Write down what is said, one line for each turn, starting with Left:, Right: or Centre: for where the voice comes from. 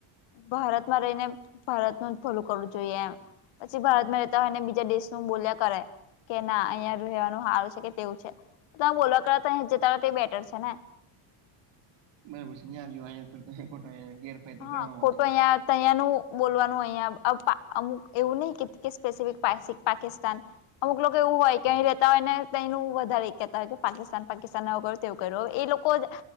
Left: ભારતમાં રહીને ભારતનું જ ભલું કરવું જોઈએ એમ. પછી ભારતમાં રહેતા હોય ને બીજા દેશનું બોલ્યા કરે કે ના અહિયાં રહેવાનું હારું છે કે તેવું છે. <unintelligible> જતા હો તે બેટર છે ને.
Right: બરાબર છે <unintelligible>
Left: હા
Right: હોય
Left: ખોટું
Right: છે.
Left: અહિયાં <unintelligible> બોલવાનું અહિયાં અમુક એવું નહિ કે <unintelligible> પાકિસ્તાન અમુક લોકો એવું હોય કે અહીં રહેતા હોય ને તયનું વધારે કેતા હોય કે પાકિસ્તાન પાકિસ્તાન <unintelligible> <unintelligible> એ લોકો જ